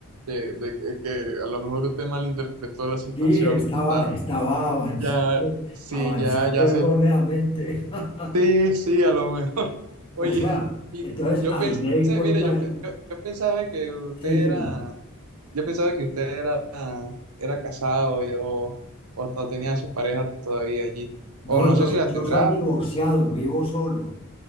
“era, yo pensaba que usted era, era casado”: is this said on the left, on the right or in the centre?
Right